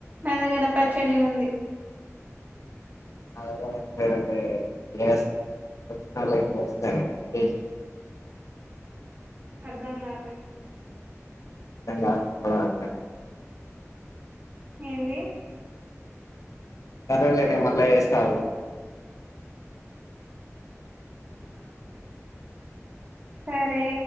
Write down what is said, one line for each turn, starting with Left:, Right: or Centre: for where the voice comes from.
Right: నా దగ్గర పచ్చడి ఉంది
Left: అదే వస్తా వచ్చ నళకి చేస్తానడి
Right: అర్థాం కాల
Left: అ
Right: ఏంది
Left: సరేలేనే మళ్ళా వస్తావు
Right: సరే